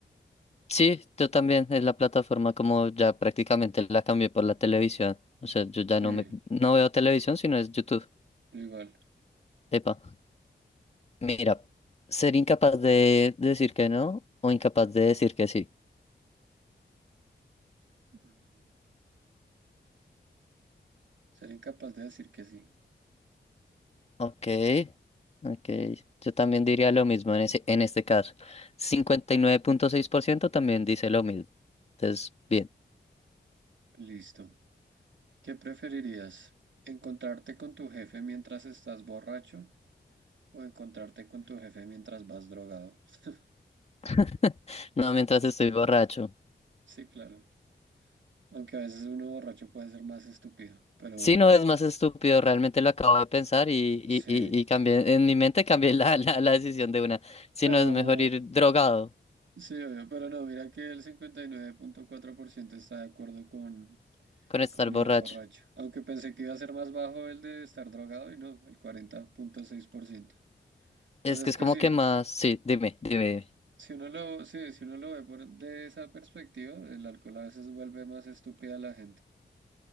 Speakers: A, on the left; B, on the right.
A: sí, yo también. Es la plataforma como ya prácticamente la cambié por la televisión. O sea, yo ya
B: Sí,
A: no me no veo televisión, sino es YouTube.
B: yo igual.
A: Epa. Mira, ser incapaz de decir que no o incapaz de decir que sí.
B: Mm, Ser incapaz de decir que sí.
A: Ok, ok. Yo también diría lo mismo en ese, en este caso. Cincuenta y nueve punto seis por ciento también dice lo mismo. Entonces, bien.
B: Listo. ¿Qué preferirías? ¿Encontrarte con tu jefe mientras estás borracho o encontrarte con tu jefe mientras vas drogado? <laughs>
A: <laughs> No, mientras estoy borracho.
B: Sí, claro. Aunque a veces uno borracho puede ser más estúpido, pero
A: Sí,
B: bueno.
A: no, es más estúpido, realmente lo acabo de pensar y, y,
B: Sí,
A: y, y cambié, en mi mente cambié la, la, la decisión de una. Si
B: pero
A: no, es mejor ir drogado
B: Sí, obvio, pero no, mira que el cincuenta y nueve punto cuatro por ciento está de acuerdo con,
A: con estar
B: con
A: borracho.
B: ir borracho. Aunque pensé que iba a ser más bajo el de estar drogado y no, el cuarenta punto seis por ciento
A: Es
B: O sea,
A: que
B: es
A: es
B: que
A: como
B: sí,
A: que más, sí, dime, dime.
B: si uno lo, sí, si uno lo ve por, de esa perspectiva, el alcohol a veces vuelve más estúpida a la gente.